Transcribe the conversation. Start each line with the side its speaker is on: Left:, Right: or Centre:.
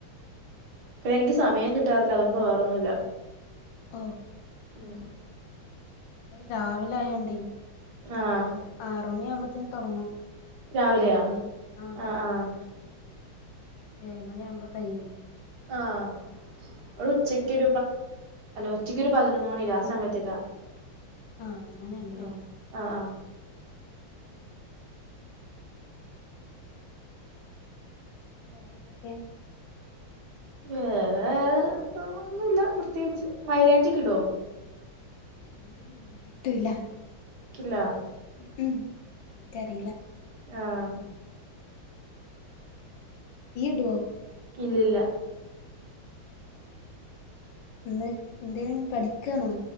Right: ഇപ്പം എനിക്ക് സമയം കിട്ടാറില്ല അതൊണ്ട് വേറെ ഒന്നുമില്ല
Left: ഓഹ്
Right: ഉം
Left: രാവിലെ ആയതുകൊണ്ട്
Right: ആ
Left: ഒരു ആറ് മണിയ ആവുമ്പോഴേക്കും തുടങ്ങും
Right: രാവിലെയാ
Left: അങ്ങനെ ആഹ്
Right: ആഹ്
Left: ഏഴ് മണി ആകുബോ കഴിയും
Right: ആഹ് ഇവിടെ ഉച്ചക്ക് ഉച്ചക്ക് ഒരു പതിനൊന്ന് മണി ആ സമയത്തേക്കാ
Left: ആ അങ്ങനെയല്ലേ
Right: ആഹ് ആഹ് അഹ്
Left: വേറെ എന്തൊക്കെയാ?
Right: വേറെ ഒന്നുമില്ല പ്രത്യേകിച്ച് മൈലാഞ്ചി ഒക്കെ ഇടോ
Left: ഉം ഉം ഞാൻ ഇടൂലാ
Right: ക്കില്ല
Left: ഉം ഉം ഇനിക്ക് അറിയില
Right: ആഹ്
Left: ഈ ടോ
Right: ഇല്ല ല്ല ല്ല
Left: ഇന്ന് എന്തെല പഠിക്കണോ